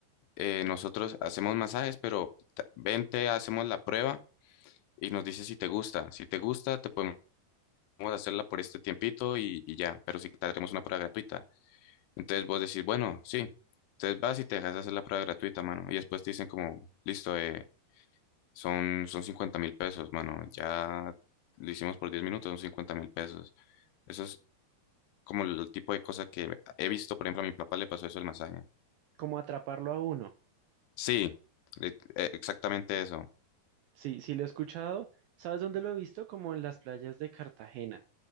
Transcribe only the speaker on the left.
eh, nosotros hacemos masajes, pero ta- ven, te hacemos la prueba y nos dices si te gusta. Si te gusta, te podemos hacerla por este tiempito y, y ya, pero si te haremos una prueba gratuita. Entonces vos decís, bueno, sí. Entonces vas y te dejas hacer la prueba gratuita, mano. Y después te dicen como, listo, eh, son, son cincuenta mil pesos, mano. Ya lo hicimos por 10 minutos, son cincuenta mil pesos. Eso es como el, el tipo de cosa que he visto, por ejemplo, a mi papá le pasó eso el masaje.
Sí, le- eh, exactamente eso.